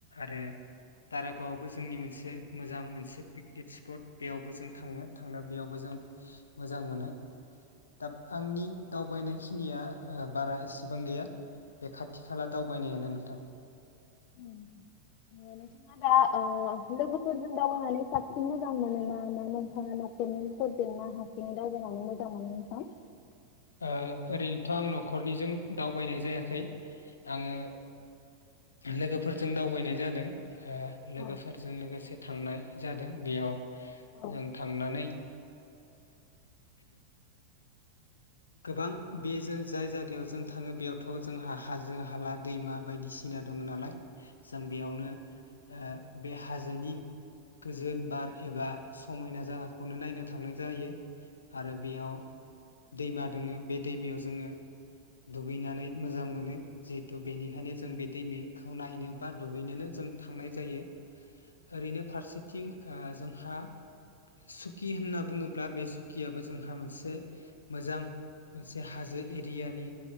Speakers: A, on the left (about 70°); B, on the left (about 40°).
A: आरो दारागावआवबो जोंनि मोनसे मोजां मोनसे पिकनिक स्पट बेयावबो जों जों थाङो थांना बेयावबो जों मोजां मोनो। दाब आंनि दावबायनायखि निया ओ बारा एसेबां गैया। बे खाथि खाला दावबायनायानो नोंथां।
B: उम नोंथाङा दा ओ लोगोफोरजों दावबायनानै साबसिन मोजां मोनो ना मा नोंथाङा न'खरनिफोरजों ना हारसिं दावबायनानै मोजां मोनो नोंथां?
A: ओ ओरैनोथ' आं न'खरनिजों दावबायनाय जायाखै आङो लोगोफोरजों दावबायनाय जादों। ओ लोगोफोरजों
B: औ
A: लोगोसे थांनाय जादों बेयाव
B: औ
A: जों थांनानै <inaudible> गोबां बे जों जाय जाथायाव जों थाङो बेयावथ' जोंहा हाजो हाला दैमा बायदिसिना दङो नालाय जों बेयावनो ओ बे हाजोनि गोजोन बार एबा समायना जागाखौनो नायनो थांनाय जायो। आरो बेयाव दैमा दोङो बे दैमायाव जोङो दुगैनानै मोजां मोनो जे थ' बेनिखायनो जों बे दैमेखौ नायनो बा दुगैनोनो जों थांनाय जायो। ओरैनो फारसेथिं ओ जों हा <unintelligible> कि होनना बुङोब्ला बे सुकि कियाबो जोंहा मोनसे मोजां मोनसे हाजो एरियानि